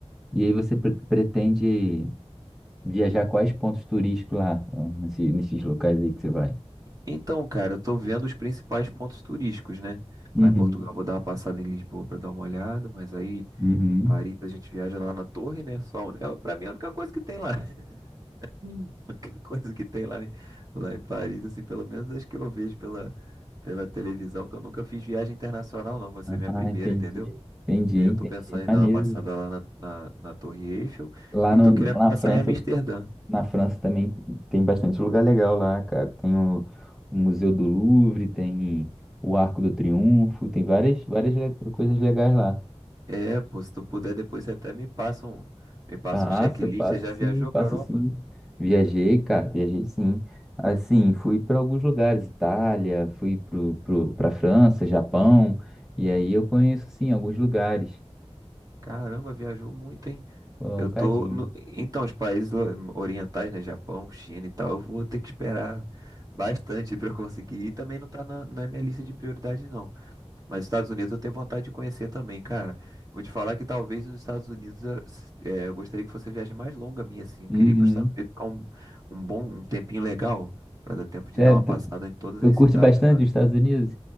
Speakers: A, in the centre; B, on the right (about 30°).
A: e aí você pre- pretende viajar quais pontos turísticos lá, ó, nesse- nesses locais aí que você vai?
B: Então, cara, eu tô vendo os principais pontos turísticos, né?
A: Uhum.
B: Lá em Portugal eu vou dar uma passada em Lisboa pra dar uma olhada, mas aí
A: Uhum.
B: em Paris a gente viaja lá na torre, né? Só a uni- é, pra mim é a única coisa que tem lá. <laughs> Hum. A única coisa que tem lá, em- lá em Paris, assim, pelo menos acho que eu vejo pela, pela televisão, que eu nunca fiz viagem internacional, não. Vai ser minha
A: Ah,
B: primeira,
A: entendi.
B: entendeu?
A: Entendi,
B: E aí
A: entendi.
B: eu tô pensando em
A: Maneiro.
B: dar uma passada lá na, na, na Torre Eiffel
A: Lá
B: e
A: no,
B: tô
A: na
B: querendo passar
A: França,
B: em Amsterdã.
A: na França também tem bastante lugar legal lá, cara. Tem o, o Museu do Louvre, tem o Arco do Triunfo, tem várias, várias le- coisas legais lá.
B: É, pô, se tu puder, depois você até me passa um, me passa
A: Passa,
B: um checklist.
A: passa
B: Você já
A: sim,
B: viajou
A: passa
B: pra Europa?
A: sim. Viajei, cara, viajei sim. Assim, fui para alguns lugares, Itália, fui pro, pro, para França, Japão, e aí eu conheço sim alguns lugares,
B: Caramba, viajou muito, hein?
A: um
B: Eu tô
A: cadinho.
B: no- Então, os países lo- orientais, né? Japão, China e tal, eu vou ter que esperar bastante <laughs> pra eu conseguir. E também não tá na, na minha lista de prioridade, não. Mas os Estados Unidos eu tenho vontade de conhecer também, cara. Vou te falar que talvez os Estados Unidos eu, é, eu gostaria que fosse a viagem mais longa minha, assim. Eu
A: Uhum.
B: queria ir para os Estados Unidos ficar um, um bom, um tempinho legal, para dar tempo de
A: Sério,
B: dar uma passada
A: tu,
B: em todas
A: tu
B: as
A: curte
B: cidades
A: bastante
B: lá.
A: os Estados Unidos?